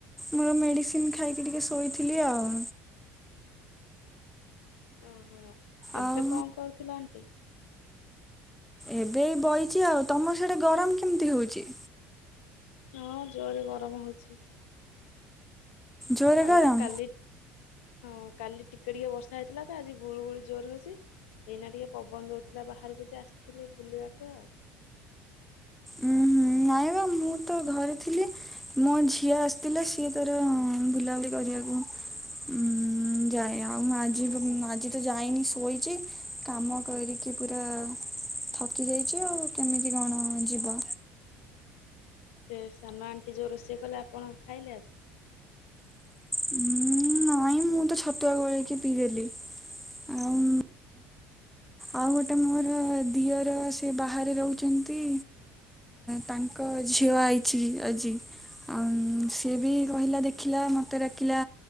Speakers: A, in the centre; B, on the left.
A: ମୋର ମେଡିସିନ ଖାଇକି ଟିକେ ଶୋଇଥିଲି ଆଉ
B: ଓହୋ ଏବେ
A: ଆଉ
B: କଣ କରୁଥିଲ ଆଣ୍ଟି
A: ଏବେ ଏଇ ବଇଛି ଆଉ ତମ ସେଠେ ଗରମ କେମିତି ହଉଛି
B: ହଁ ଜୋରରେ ଗରମ ହଉଛି
A: ଜୋରେ
B: ଆଉ
A: ଗରମ
B: କାଲି ହଁ କାଲି ଟିକେ ଟିକେ ବର୍ଷା ହେଇଥିଲା ତ ଆଜି ଗୁଳୁ ଗୁଳି ଜୋର ହଉଛି ଏଇନା ଟିକେ ପବନ ଦଉଥିଲା ବାହାରକୁ ଯ ଆସିଥିଲି ବୁଲିବାକୁ ଆଉ
A: ଉଁ ହୁଁ ନାଇଁ ବା ମୁଁ ତ ଘରେ ଥିଲି ମୋ ଝିଅ ଆସିି ଥିଲା ସିଏ ତାର ବୁଲାବୁଲି କରିବାକୁ ଉୁଁ ଯାଇ ଆଉ ମୁଁ ଆଜି ଆଜି ତ ଯାଇନି ଶୋଇଛି କାମ କରିକି ପୁରା ଥକି ଯାଇଛି ଆଉ କେମିତି କଣ ଯିବ ବା
B: ସେ ସାନ ଆଣ୍ଟି ଯେଉଁ ରୋଷେଇ କଲେ ଆପଣ ଖାଇଲେ ଆଜି
A: ଉଁ ନାଇଁ ମୁଁ ତ ଛତୁଆ ଗୋଳେଇକି ପିଇଦେଲି ଆଉ ଆଉ ଗୋଟେ ମୋର ଦିଅର ସେ ବାହାରେ ରହୁଛନ୍ତି। ତାଙ୍କ ଝିଅ ଆଇଛି ଆଜି। ଆଉ ସିଏ ବି କହିଲା ଦେଖିଲା ମତେ ଡାକିଲା